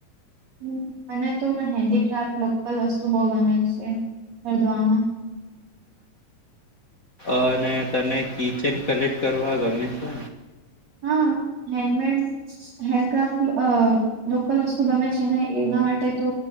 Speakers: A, on the right (about 55°); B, on the left (about 40°).
A: હ મને તો હેન્ડીક્રાફ્ટ લોકલ વસ્તુ બહ ગમે છે ખરીદવામાં
B: અને તને કિચન કલેક્ટ કરવા ગમે છે
A: હા હેન્ડમેડ હેન્ડક્રાફ્ટ અ-લોકલ વસ્તુ ગમે છે ને એના માટે તો